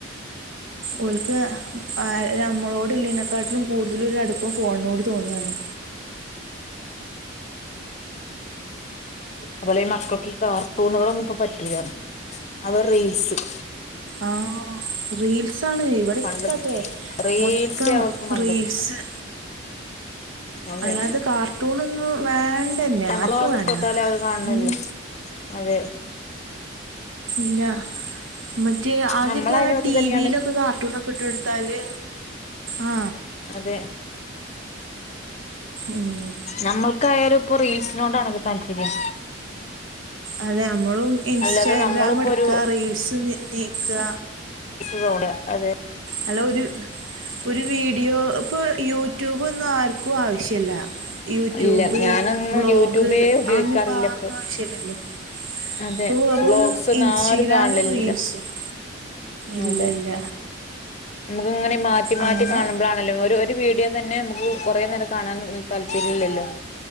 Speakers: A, on the right; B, on the left.
A: ഓൾക്ക് നമ്മളോട ഇല്ലനെക്കാട്ടിലും കൂടുതല അടുപ്പം ഫോണിനോട് തോന്നുവാണ്
B: അതുപോലെ ഈ മക്കൾക്ക് കാർട്ടുണ് ഇവിടെ ഒന്നും ഇപ്പോ പറ്റൂല അവർ റീൽസ്-
A: ആ റീൽസ് അതാണ് ഇവിടെക്കെ
B: പണ്ട്
A: അതെ
B: റീൽസേ
A: മൊത്തം
B: അവർക്ക് മണ്ടത്
A: റീൽസ്-
B: അതെ
A: അല്ലാതെ കാർട്ടൂണൊന്നും വേണ്ടന്നെ
B: <unintelligible>
A: ആർക്കും വേണ്ട
B: ഇട്ടൊട്ത്താല് അത്കാണ് ണില്ല
A: ഉം
B: അതെ
A: ഇല്ല മറ്റേ ആദിയമൊക്കെ
B: നമ്മളായാലും അത്
A: ടിവിയിലൊക്കെ
B: തന്നെയാണ്
A: കാർട്ടൂണാക്കെ ഇട്ടുകൊടുത്താല് ആ
B: അതെ
A: ഉം
B: നമ്മൾക്കായാലും ഇപ്പൊ റീൽസിനോടാണല്ലോ താല്പര്യം
A: അതെ നമ്മളും ഇൻസ്റ്റാഗ്രാം
B: അല്ലാതെ നമ്മളിപ്പോ
A: എടുക്കുക
B: ഒരു
A: റീൽസ് നീക്കുക
B: റോഡാ അതേ
A: അല്ല ഒരു ഒരു വീഡിയോ ഇപ്പൊ യൂ- യൂട്യൂബൊന്നും ആർക്കും ആവശ്യല്ല യൂട്യൂബ്
B: ഇല്ല ഞാനൊന്നും
A: വ്ളോഗ്
B: യൂട്യൂബേ ഉപയോഗിക്കാറില്ല
A: അന്നും ഇപ്പ ആർക്കും
B: ഇപ്പൊ
A: ആവശ്യല്ലല്ലോ
B: അതെ
A: ഇപ്പൊ വെറും
B: വ്ളോഗ്സ് ഒന്നും
A: ഇൻസ്റ്റഗ്രാമും
B: ആരും കാണില്ലല്ലോ
A: റീൽസും- ഇല്ല
B: അതെ
A: ഇല്ല
B: നമുക്ക് ഇങ്ങനെ മാറ്റി മാറ്റി
A: അങ്ങനെ
B: കാണുമ്പോൾാണല്ലോ ഒരു ഒരു വീഡിയോ തന്നെ നമുക്ക്- കൊറെ നേരം കാണാൻ താല്പര്യ ഇല്ലല്ലോ